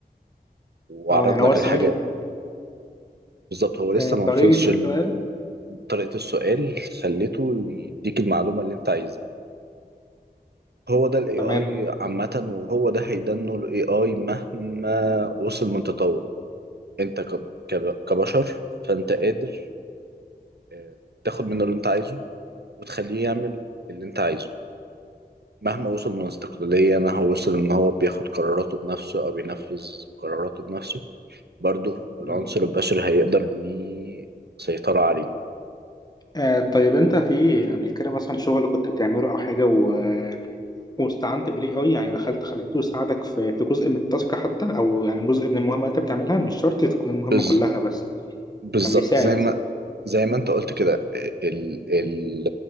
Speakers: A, on the right; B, on the left.
A: وعرض
B: اه يعني هو
A: لك
B: السؤال
A: الحاجات
B: اللي-
A: بالظبط هو لسه
B: آه، طريقة
A: ما وصلش
B: السؤال
A: ل- طريقة السؤال خليته يديك المعلومة اللي أنت عايزها هو ده الاي
B: تمام
A: اي عامة وهو ده هيدنه الاي اي مهما وصل من تطور انت كب- كب- كبشر فانت قادر آه، تاخد منه اللي انت عايزه وتخليه يعمل اللي انت عايزه مهما وصل من استقلالية مهما وصل ان هو بياخد قراراته بنفسه او بينفذ قراراته بنفسه برضه
B: بالظبط
A: العنصر البشري هيقدر ليه سيطرة عليه
B: آه طيب انت في قبل كده مثلا شغل كنت بتعمله او حاجه و... واستعنت بالاي اي يعني دخلت خليته يساعدك في في جزء من التاسك حتى او يعني جزء من المهمه اللي انت بتعملها مش شرط تكون المهمه
A: بز...
B: كلها بس يعني
A: بالظبط
B: كان بيساعد
A: زي ما زي ما انت قلت كده ال... ال...